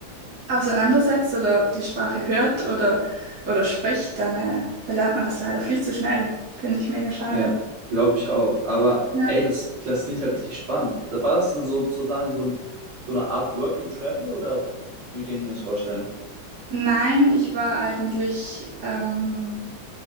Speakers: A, on the right; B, on the right.
A: auseinandersetzt oder die Sprache hört oder, oder spricht, dann äh, verlernt man das leider viel zu schnell. Finde ich mega schade.
B: ja, glaube ich auch. Aber
A: Ja.
B: ey, das, das klingt ja richtig spannend. Das war das denn so, sozusagen so, ein, so eine Art Work and Travel oder wie kann ich mir das vorstellen?
A: Nein, ich war eigentlich, ähm,